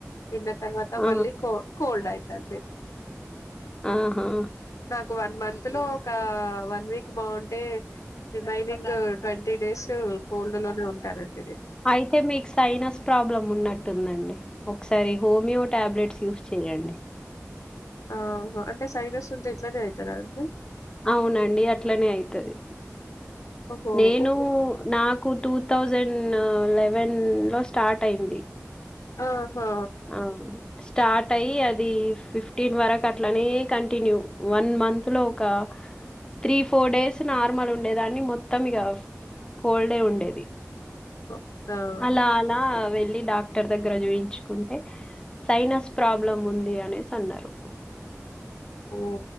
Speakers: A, on the left; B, on the left.
A: తిన్న తర్వాత
B: ఆ!
A: మళ్ళీ కో కోల్డ్ ఆయితు ఆంది.
B: ఆహా
A: నాక్ ఒక వన్ మంత్ లో ఒక వన్ వీక్ బాగుంటే రిమైనింగ్ ట్వంటీ డేస్ కోల్డ్ లోనే ఉంటానన్
B: అయితే మీకు సైనస్ ప్రాబ్లం ఉన్నట్టుందండి. ఒకసారి హోమియో టాబ్లెట్స్ యూస్ చేయండి.
A: ఆహ అంటే సైనస్ ఉంటే ఇట్లానే ఐతదాండి.
B: అవునండి అట్లనే అయితది.
A: ఓహో
B: నేను
A: ఉకు
B: నాకు టూ థౌజండ్ లెవెన్ లో స్టార్ట్ అయింది.
A: ఆ హా
B: ఆ! స్టార్ట్ అయ్యి అది ఫిఫ్టీన్ వరకు అట్లనే కంటిన్యూ వన్ మంత్ లో ఒక త్రీ ఫోర్ డేస్ నార్మల్ ఉండేదాన్ని మొత్తం ఇక కోల్డే ఉండేది.
A: అవునా
B: అలా అలా వె వెళ్లి డాక్టర్ దగ్గర చూయించు కుంటే సైనస్ ప్రాబ్లం ఉంది అనేసి అన్నారు.
A: ఓ